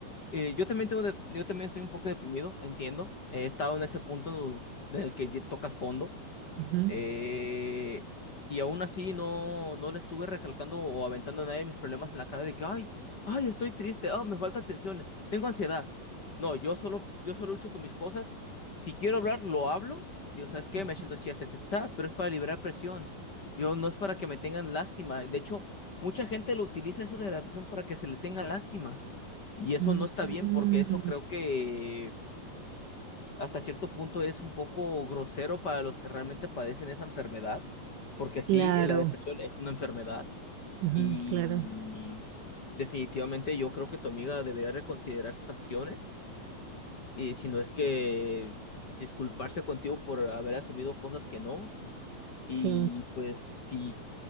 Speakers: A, on the left; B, on the right.
A: Eh, yo también tengo de- yo también estoy un poco deprimido, entiendo. He estado en ese punto en el que ye- tocas fondo.
B: Ujú,
A: Eh, y aún así no, no le estuve recalcando o aventando a nadie mis problemas en la cara de que, ay, ay, estoy triste, ah, me falta atención, tengo ansiedad. No, yo solo, yo solo lucho con mis cosas. Si quiero hablar, lo hablo. Digo, ¿sabes qué?
B: ujú.
A: Me siento así, así, así, así", pero es para liberar presión. Yo no es para que me tengan lástima. De hecho, mucha gente lo utiliza eso de la presión para que se le tenga lástima. Y eso
B: Mm,
A: no está bien porque eso creo que hasta cierto punto es un poco grosero para los que realmente padecen esa enfermedad, porque sí,
B: claro,
A: eh, la depresión es una enfermedad
B: ujú,
A: y
B: claro,
A: definitivamente yo creo que tu amiga debería reconsiderar sus acciones, y si no es que disculparse contigo por haber asumido cosas que no, y
B: sí.
A: pues si,